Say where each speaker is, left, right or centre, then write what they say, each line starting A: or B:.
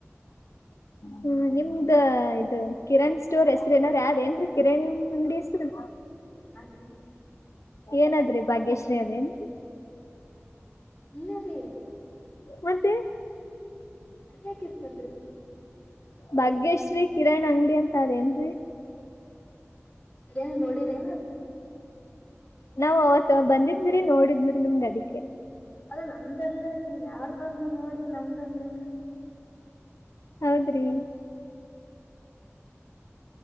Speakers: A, on the left; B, on the left.
A: <inaudible>
B: ಹ್ಮ ನಿಮ್ದ ಇದು ಕಿರಣ್ ಸ್ಟೋರ್ ಹೆಸ್ರು ಏನರ್ ಹಾದ ಏನ್ರೀ ಕಿರಣ್ ಅಂಗಡಿ ಹೆಸ್ರು
A: ಹ್ಮ ಹಾದ್ರಿ
B: ಏನಾದ್ರಿ ಭಾಗ್ಯಶ್ರೀ ಅದೇನ್
A: ಇಲ್ಲ ರೀ
B: ಮತ್ತೆ
A: ಅದ್ಯಾಕ ಇರ್ತದ್ರಿ
B: ಭಾಗ್ಯೇಶ್ರೀ ಕಿರಣ್ ಅಂಗಡಿ ಅಂತ ಅದೇನ್ರೀ
A: ಏನ್ ನೋಡಿರ ಏನ
B: ನಾವ್ ಅವತ್ ಬಂದಿದ್ವಿರಿ ನೋಡಿದ್ವಿರಿ ನಿಮ್ಗ ಅದಕ್ಕೆ
A: ಅದ ನಮ್ದಲ್ಲರಿ ಯಾರ್ದು ನೀವ ನೋಡಿ ನಮ್ದ ಅಂದ್ರ ಹೆಂಗ್ರಿ
B: ಹೌದ್ರಿ